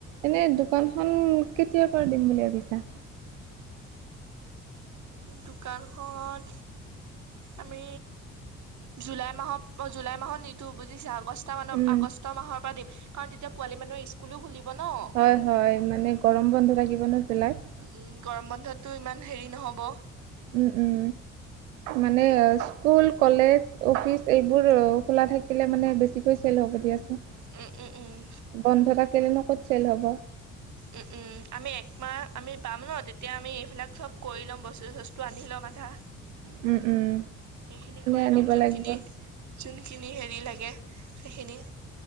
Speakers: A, on the right; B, on the right.
A: এনেই দোকানখন কেতিয়াৰপৰা দিম বুলি ভাবিছা।
B: দোকানখন আমি জুলাই মাহত, অ' জুলাই মাহত নিদিও বুজিছা। অগষ্ট মানৰ
A: উম।
B: আগষ্ট মাহৰপৰা দিম কাৰণ তেতিয়া পোৱালি মানুহৰ স্কুলো খুলিব ন'।
A: হয় হয় মানে গৰম বন্ধ থাকিব ন' জুলাইত।
B: উম, গৰম বন্ধতটো ইমান হেৰি নহ'ব।
A: উম, উম, মানে স্কুল, কলেজ অফিচ এইবোৰ খোলা থাকিলে মানে বেছিকৈ চেল হ'ব দিয়াচোন।
B: উম, উম, উম।
A: বন্ধ থাকিলনো ক'ত চেল হ'ব।
B: উম, উম, আমি একমাহ আমি পাম ন' তেতিয়া আমি এইবিলাক চব কৰি ল'ম, বস্তু চস্তু আনি ল'ম আধা।
A: উম, উম।
B: সেইখিনি কৰি
A: আনিব
B: ল'ম, যোনখিনি
A: লাগিব
B: যোনখিনি হেৰি লাগে সেইখিনি।